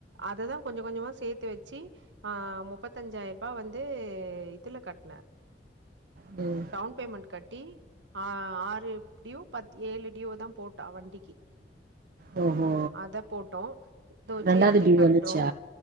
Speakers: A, on the right; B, on the right.
A: அததா கொஞ்சோ கொஞ்சமா சேத்து வச்சு ஆ முப்பத்தஞ்சாயிர ரூபா வந்து இதுல கட்டுனே
B: ம்
A: டவுன் பேமெண்ட் கட் டி ஆறு ப்டியு பத் ஏழு டியோ தா போட்டா வண்டிக்கு
B: ஓஹோ
A: அத போட்டோ இதோ
B: ரெண்டாவது
A: ஜி ஆர் டி
B: டியூ
A: கட்றோ
B: வந்துச்சா